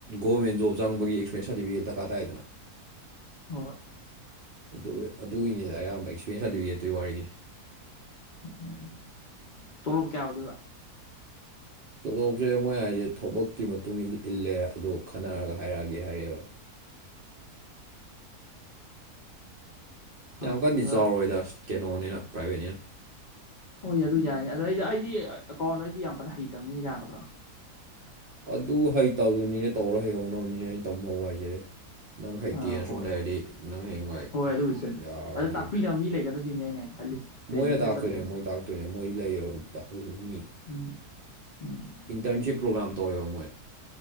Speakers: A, on the right (about 70°); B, on the left (about 85°).
A: ꯒꯣꯔꯃꯦꯟ ꯖꯣꯕ ꯆꯪꯕꯒꯤ ꯑꯦꯛꯁꯄꯤꯔꯦꯟꯁ ꯁꯥꯔꯇꯐꯀꯦꯠ ꯗꯔꯀꯥꯔ ꯇꯥꯏꯗꯅ
B: ꯍꯣꯏ
A: ꯑꯗꯨ ꯑꯗꯨꯒꯤꯅꯤꯗ ꯑꯌꯥꯝꯕ ꯑꯦꯛꯁꯄꯤꯔꯌꯦꯟꯁ ꯁꯥꯔꯇꯤꯐꯤꯀꯦꯠꯇꯨꯒꯤ ꯋꯥꯔꯤꯅꯤ
B: ꯎꯝ ꯎꯝ ꯎꯝ ꯇꯣꯂꯣꯞ ꯀꯌꯥ ꯑꯣꯏꯗ‌ꯣꯏꯕ
A: ꯇꯣꯂꯣꯞꯖ‌ꯦ ꯃꯣꯏ ꯍꯥꯏꯖ‌ꯦ ꯊꯕꯛꯇꯨꯏ ꯃꯇꯨꯡ ꯏ ꯏꯜꯂꯦ ꯑꯗꯣ ꯈꯟꯅꯔꯒ ꯍꯥꯏꯔꯛꯑꯒꯦ ꯍꯥꯏꯔꯛꯑꯦꯕ
B: ꯈꯪꯗꯦ
A: ꯌꯥꯝ ꯀꯟꯅꯗꯤ
B: ꯑꯗꯨꯗ
A: ꯆꯥꯎꯔꯣꯏꯗ ꯀꯩꯅꯣꯅꯤꯅ ꯄ꯭ꯔꯥꯏꯚꯦꯠꯅꯤꯅ
B: ꯍꯣꯏ ꯑꯗꯨ ꯌꯥꯏꯅꯤ ꯑꯗꯣ ꯑꯩꯗꯤ ꯑꯩꯗꯤ ꯑꯦꯀꯥꯎꯟꯗꯣ ꯑꯩꯗꯤ ꯌꯥꯝ ꯀꯟꯅ ꯍꯩꯇꯕꯅꯤꯅ ꯌꯥꯒꯗ꯭ꯔ‌ꯣ
A: ꯑꯗꯨ ꯍꯩꯇꯗꯨꯅꯤꯅꯦ ꯇꯧꯔ ꯍꯩꯍꯧꯅꯕꯅꯤꯅꯦ ꯑꯩꯅ ꯇꯝꯍꯧ ꯍꯥꯏꯁꯦ ꯅꯪ ꯍꯩꯇꯦꯅ
B: ꯑꯥ
A: ꯁꯨꯝ
B: ꯍꯣꯏ
A: ꯂꯩꯔꯗꯤ ꯅꯪ ꯍꯌꯦꯡ ꯋꯥꯥꯏ
B: ꯍꯣꯏ ꯑꯗꯨꯕꯨꯗꯤ ꯆꯨꯝꯃꯦ
A: ꯌꯥꯔꯔ‌ꯣꯏꯗꯩꯅ‌ꯦ
B: ꯑꯗ ꯇꯥꯛꯄꯤꯅꯕ ꯃꯤ ꯂꯩꯒꯗ꯭ꯔꯥ ꯁꯤꯅꯤ ꯑꯩꯅ ꯍꯦꯛ ꯈꯜꯂꯤꯁꯦ
A: <inaudible>
B: ꯇ꯭ꯔꯦꯅꯤꯡꯒ
A: ꯃꯣꯏꯅ ꯇꯥꯛꯇꯣꯏꯅꯦ
B: ꯆꯠꯇꯣꯏꯔꯤꯁꯦ
A: ꯃꯣꯏ ꯇꯥꯛꯇꯣꯏꯅꯦ ꯃꯣꯏ ꯂꯩꯌ‌ꯦꯕ <unintelligible> ꯃꯤ
B: ꯎꯝ ꯎꯝ
A: ꯏꯟꯇꯔꯟꯁꯤꯞ ꯄ꯭ꯔꯣꯒꯥꯝ ꯇꯧꯋꯦꯕ ꯃꯣꯏ